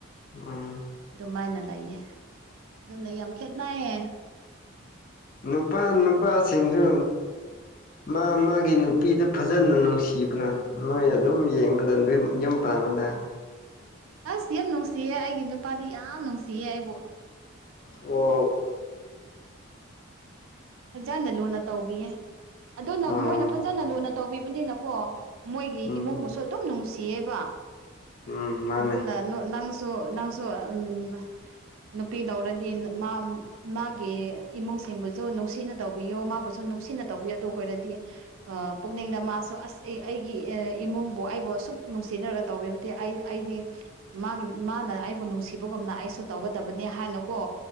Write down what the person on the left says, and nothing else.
ꯎꯝ
ꯅꯨꯄꯥ ꯅꯨꯄꯥꯁꯤꯡꯁꯨ ꯃꯥ ꯃꯥꯒꯤ ꯅꯨꯄꯤꯗ ꯐꯖꯅ ꯅꯨꯡꯁꯤꯕ꯭ꯔꯥ ꯅꯣꯏ ꯑꯗꯨꯝ ꯌꯦꯡꯕꯗ ꯑꯗꯨ ꯌꯨꯝ ꯄꯥꯕꯗ
ꯑꯣ
ꯎꯝ
ꯎꯝ
ꯎꯝ ꯃꯥꯅꯦ